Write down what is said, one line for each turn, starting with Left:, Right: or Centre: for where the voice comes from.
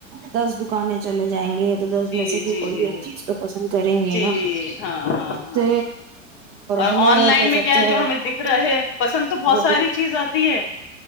Right: دس ب دکانیں چلے جائیں گے تو دس
Left: جی
Right: میں سے کہ
Left: جی
Right: کوئی
Left: جی
Right: ایک
Left: جی
Right: چیز تو پسند کریں گے
Left: جی
Right: نا
Left: ہاں ہاں ہاں
Right: تو
Left: اور
Right: ہمیں
Left: آن لائن میں
Right: کہتے
Left: کیا ہے
Right: ہیں
Left: جو ہمیں دکھ رہا ہے پسند تو بہت
Right: وہی
Left: ساری چیز آتی ہے